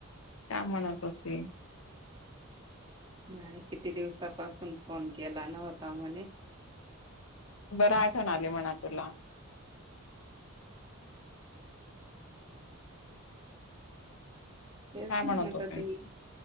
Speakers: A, on the left (about 70°); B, on the right (about 25°).
A: काय म्हणत होती?
B: नाही, किती दिवसापासून फोन केला नव्हता म्हणे.
A: बरं आठवण आली म्हणाव तुला.
B: तेच
A: काय
B: म्हणत
A: होते
B: होती.